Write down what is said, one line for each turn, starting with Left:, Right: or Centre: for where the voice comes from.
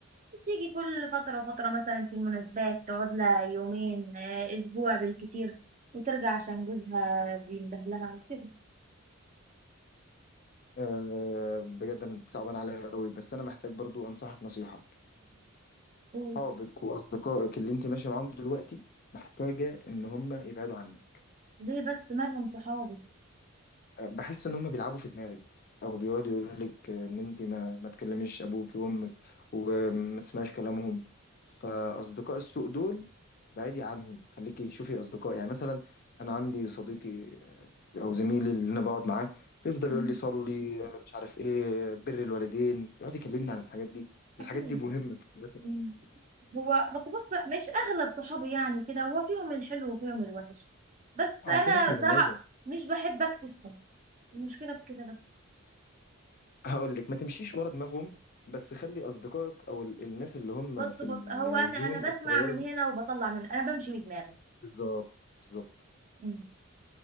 Right: تيجي كل فتره وفتره مثلا في المناسبات تقعد لها يومين آه، اسبوع بالكتير وترجع عشان جوزها بيندهلها وكده
Left: أه بجد انا صعبان عليا قوي بس انا محتاج برضو انصحك نصيحة
Right: أمم.
Left: صحابك واصدقائك اللي انت ماشية معاهم دلوقتي محتاجة ان هم يبعدوا عنك
Right: ليه بس مالهم صحابي
Left: بحس ان هم بيلعبوا في دماغك او بيقعدوا يقولوا لك ان انت ما ما تكلميش ابوك وامك وما تسمعيش كلامهم فاصدقاء السوء دول بعيدي عنهم خليكي شوفي اصدقاء يعني مثلا انا عندي صديقي آه، او زميلي اللي انا بقعد معاه بيفضل
Right: مم.
Left: يقول لي صلي آه، مش عارف ايه بر الوالدين يقعد يكلمني عن الحاجات دي
Right: اكيد
Left: الحاجات دي مم. مهمة في حياتنا
Right: مم. هو بس بص مش اغلب صحابي يعني كده هو فيهم الحلو وفيهم الوحش بس
Left: طبعا
Right: انا
Left: في ناس مميزة
Right: صراحة مش بحب اكسفهم المشكلة في كده بس
Left: هقول لك ما تمشيش ورا دماغهم بس خلي اصدقائك او ال- الناس اللي هم
Right: بص
Left: في
Right: بص
Left: الزون
Right: هو انا انا
Left: الصغيرة
Right: بسمع من هنا وبطلع من انا بمشي بدماغي
Left: بالظبط بالظبط
Right: مم.